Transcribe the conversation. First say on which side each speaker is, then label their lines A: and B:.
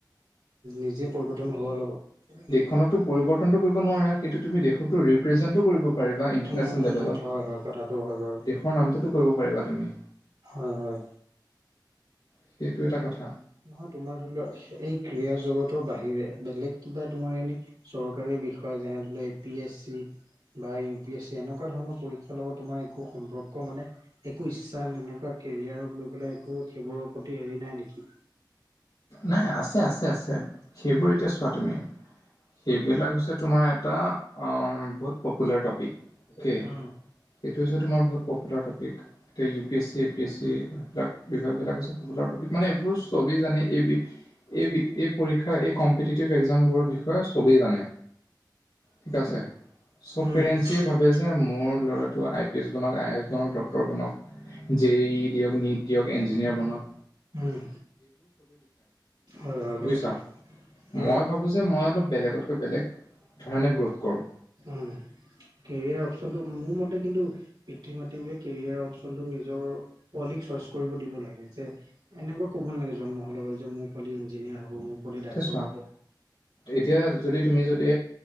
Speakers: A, on the right; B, on the left.
A: নিজে পৰিৱৰ্তন হ'ব লাগিব।
B: খনকটো পৰিৱৰ্তনটো কৰিব নোৱাৰা। কিন্তু তুমি দেশকো ৰিপ্ৰেজেণ্টটো কৰিব পাৰা। পাৰিবা ইন্টাৰনেছনেলৰ
A: উম, উম,
B: লেবেলত
A: হয়, হয় কথাটো হয় বাৰু
B: দেশৰ নামটো ত কৰিব পাৰিবা তুমি।
A: হয়, হয়।
B: সেইটো এটা কথা।
A: নহয় তোমাৰ ধৰি লোৱা এই ক্ৰীড়া জগতৰ বাহিৰে বেলেগ কিবা তোমাৰ এনে চৰকাৰী বিষয়ে যেনে ধৰি লোৱা এ পি এ চি বা ইউ পি এছ চি এনেকুৱা ধৰণৰ পৰীক্ষাৰ লগত তোমাৰ একো সম্পৰ্ক মানে একো ইচ্ছা এনেকুৱা কেৰিয়াৰক লৈ পেলাই একো সেইবোৰৰ প্ৰতি হেৰি নাই নেকি।
B: নাই আছে, আছে, আছে। সেইবোৰ এতিয়া চোৱা তুমি সেইবিলাক হৈছে তোমাৰ এটা বহুত পপুলাৰ টপিক। এই
A: উম
B: সেইটো হৈছে, তোমাৰ বহুত পপুলাৰ টপিক এতিয়া U P S C, A P S C এইবিলাক বিভাগ বিলাক হৈছে পপুলাৰ টপিক মানে এইবোৰ চবেই জানে এই এই এই পৰীক্ষা এই কম্পিটিভ এক্সাম বোৰৰ বিষয়ে চবেই জানে। ঠিক আছে, চ'ব
A: উম
B: পেৰেণ্টেচে ভাবে যে মোৰ ল'ৰা ত' আই পি এছ বনাওঁক। আই এ এছ বনাওঁক, ডক্তৰ বনাওঁক, জে ই দিয়ক, নিট দিয়ক, ইঞ্জিনিয়াৰ বনাওঁক।
A: উম, হয়, হয়, কথাটো।
B: বুজিছা।
A: উম
B: মই ভাবোঁ যে মই অলপ বেলেগতকৈ বেলেগ ধৰণে গ্ৰোথ কৰোঁ।
A: উম। কেৰিয়াৰ অপচনটো মোৰ মতে কিন্তু পিতৃ মাতৃ বুলি কেৰিয়াৰ অপচনটো নিজৰ পোৱালিক চইচ কৰিব দিব লাগে যে এনেকুৱা ক'ব নালাগে, জন্ম হোৱাৰ লগত যে মোৰ পোৱালি ইঞ্জিনিয়াৰ হ'ব মোক। ডাক্তৰব
B: এতিয়া চোৱা এতিয়া যদি তুমি যদি